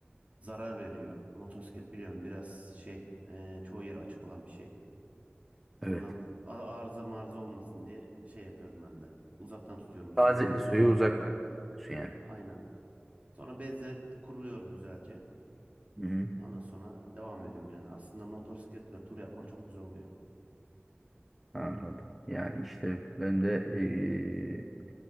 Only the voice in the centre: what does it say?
Evet.
Taze suyu
uzaktan kullanıyorsun yani.
Hı hı.
Anladım. Yani işte ben de eee,